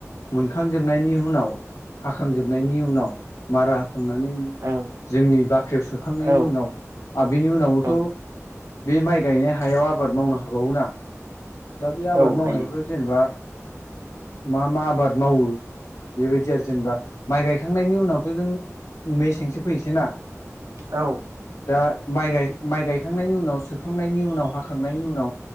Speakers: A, on the left; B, on the right.
A: मोनखांजोबनायनि उनाव हाखांजोबनायनि उनाव मारा होखांनानै
B: ओ औ
A: जोंनि बा ख्रियाव सोखांनायनि
B: औ
A: उनाव आरो बिनि उनावबोथ
B: औ
A: बे माइ गायनाय हायाव आबाद मावनो हाबावो ना। दा बे आबाद
B: औ
A: मावनायफ्राव
B: हायो
A: जेनेबा मा मा आबाद मावो बेबायदि आरो जेनेबा माइ गायखांनायनि उनावथ जों मेसेंसो फैनोसै ना
B: औ
A: दा माइ गायखांनायनि उनाव, सोखांनायनि उनाव, हाखांनायनि उनाव